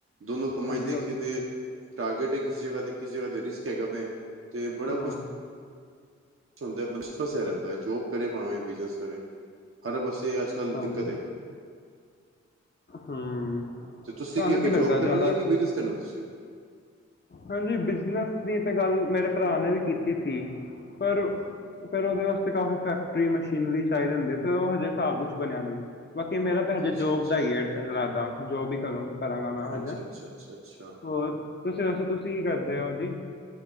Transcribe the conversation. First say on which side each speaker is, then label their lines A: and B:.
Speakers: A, on the right; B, on the left.
A: ਦੋਨੋ ਕਮਾਂ
B: ਹਾਂਜੀ
A: 'ਚ ਦੇਖੀਏ
B: ਉਹ ਤਾਂ ਹੈ।
A: ਤੇ ਟਾਰਗੇਟ ਏ ਕਿਸੀ ਜਗ੍ਹਾ ਤੇ ਕਿਸੀ ਜਗ੍ਹਾ ਤੇ ਰਿਸਕ ਹੈਗਾ ਵੇ, ਤੇ ਬੜਾ
B: ਹਾਂ
A: ਕੁਛ ਹੁੰਦਾ ਬੰਦਾ ਫਸਿਆ ਰੈੰਦਾ ਏ, ਜੋਬ ਕਰੇ ਪਾਵੇਂ ਬਿਜਨਸ ਕਰੇ, ਹਰ ਬਸੇ ਅੱਜ-ਕੱਲ੍ਹ
B: ਹਾਂਜੀ
A: ਦਿੱਕਤ ਹੈਗੀ ਏ।
B: ਹੂੰ,
A: ਤੇ ਤੁਸੀਂ
B: ਤੁਹਾਨੂੰ
A: ਅੱਗੇ
B: ਕੀ ਲੱਗਦਾ
A: ਜੋਬ
B: ਜਿਆਦਾ
A: ਕਰਨੀ ਹੈ ਕਿ ਬਿਜਨਸ ਕਰਨਾ ਤੁਸੀਂ
B: ਹਾਂਜੀ, ਬਿਜਨਸ ਦੀ ਤੇ ਗੱਲ, ਮੇਰੇ ਭਰਾ ਨੇ ਵੀ ਕੀਤੀ ਸੀ। ਪਰ ਫੇਰ ਓਦੇ ਵਾਸਤੇ ਕਾਫੀ ਫੈਕਟਰੀ ਮਸ਼ੀਨਰੀ ਚਾਈਦੀ ਹੁੰਦੀ ਏ, ਫਿਰ ਔ ਹਜੇ ਸਾਬ ਕੁਛ ਬਣਿਆ ਨੀ। ਬਾਕੀ ਮੇਰਾ ਤਾਂ ਹਜੇ
A: ਅੱਛਾ
B: ਜੋਬ
A: ਅੱਛਾ
B: ਦਾ ਹੀ ਐ ਰਾਦਾ, ਜੋਬ ਈ ਕਰੂ ਕਰਾਂਗਾ ਮੈਂ
A: ਅੱਛਾ
B: ਹਜ ਹੈਂ।
A: ਅੱਛਾ ਅੱਛਾ ਅੱਛਾ
B: ਹੋਰ, ਤੁਸੀਂ ਦੱਸੋ, ਤੁਸੀਂ ਕੀ ਕਰਦੇ ਔ ਜੀ?